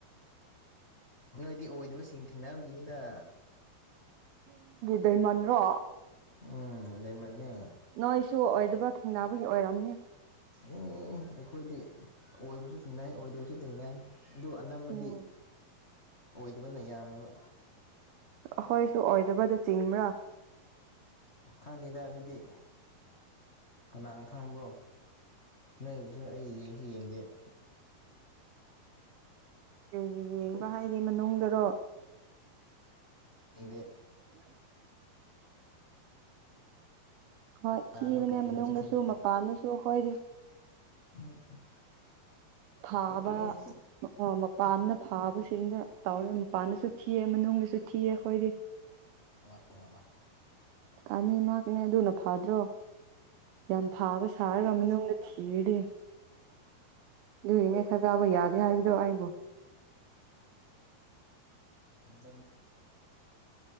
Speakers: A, on the left; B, on the right.
A: ꯅꯣꯏꯗꯤ ꯑꯣꯏꯗꯕꯁꯤꯡ ꯊꯦꯡꯅꯕꯒꯤꯅꯤꯗ
B: ꯗꯥꯏꯃꯟ ꯔꯣ
A: ꯎꯝ ꯗꯥꯏꯃꯟꯅꯦ
B: ꯅꯣꯏꯁꯨ ꯑꯣꯏꯗꯕ ꯊꯦꯡꯅꯕꯒꯤ ꯑꯣꯏꯔꯝꯅꯤ
A: ꯏ ꯑꯩꯈꯣꯏꯗꯤ ꯑꯣꯏꯕꯁꯨ ꯇꯤꯟꯅꯩ ꯑꯣꯏꯗꯕꯁꯨ ꯇꯤꯟꯅꯩ ꯑꯗꯨ ꯑꯅꯝꯕꯗꯤ
B: ꯎꯝ
A: ꯑꯣꯏꯗꯕꯅ ꯌꯥꯝꯃꯦꯕ
B: ꯑꯩꯈꯣꯏꯁꯨ ꯑꯣꯏꯗꯕꯗ ꯆꯤꯡꯕ꯭ꯔ
A: ꯈꯪꯗꯦꯗ ꯑꯗꯨꯗꯤ ꯀꯅꯥꯅ ꯈꯪꯕ꯭ꯔꯣ ꯅꯣꯏꯕꯨꯁꯨ ꯑꯩ ꯌꯦꯡꯁꯨ ꯌꯦꯡꯗꯦ <inaudible>
B: ꯎꯝ ꯌꯦꯡꯕ ꯍꯥꯏꯗꯤ ꯃꯅꯨꯡꯗꯔꯣ
A: ꯌꯦꯡꯗꯦ
B: <inaudible> ꯍꯣꯏ
A: ꯀꯅꯥꯅꯣ
B: ꯊꯤꯕꯅꯦ
A: ꯀꯔꯤꯅꯣꯁꯨ
B: ꯃꯅꯨꯡꯗꯁꯨ
A: ꯈꯪꯗꯦ
B: ꯃꯄꯥꯟꯗꯁꯨ ꯑꯩꯈꯣꯏꯗꯤ
A: <inaudible>
B: ꯐꯥꯕ
A: ꯑꯣꯏꯔꯝꯒꯅꯤ
B: ꯃ ꯃꯄꯥꯟꯗ ꯐꯥꯕꯁꯤꯡꯅ ꯇꯧꯔꯦ ꯅꯨꯄꯥꯅꯁꯨ ꯊꯤꯌꯦ ꯃꯅꯨꯡꯗꯁꯨ ꯊꯤꯌꯦ ꯑꯩꯈꯣꯏꯗꯤ
A: ꯋꯥ ꯋꯥꯋꯥ
B: ꯑꯅꯤ ꯃꯛꯅꯦ ꯑꯗꯨꯅ ꯐꯥꯗ꯭ꯔꯣ ꯌꯥꯝ ꯐꯥꯕ ꯁꯥꯥꯔꯒ ꯃꯅꯨꯡꯗ ꯊꯤꯔꯗꯤ ꯑꯗꯨꯏꯒꯤꯅꯦ ꯊꯥꯖꯕ ꯌꯥꯗꯦ ꯍꯥꯏꯕꯗꯣ ꯑꯩꯕꯨ
A: ꯍꯦꯟꯖꯟ